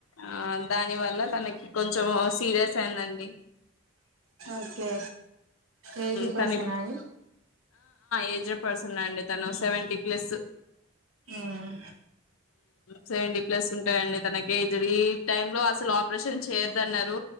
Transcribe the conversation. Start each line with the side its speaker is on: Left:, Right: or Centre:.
Left: ఆ దాని వల్ల తనకి కొంచెం సీరియస్ సర్ అండి
Right: ఓకే ఏజ్డ్
Left: తను
Right: పర్సనా అండి
Left: ఏజ్డ్ పర్సన్ అండి తను సెవెంటీ ప్లస్
Right: మ్మ్
Left: సేవంటి ప్లస్ ఉంటాయండి తనక ఇ ఈ టైమ్ లో అసలు ఆపరేషన్ చేయొద్దన్నారు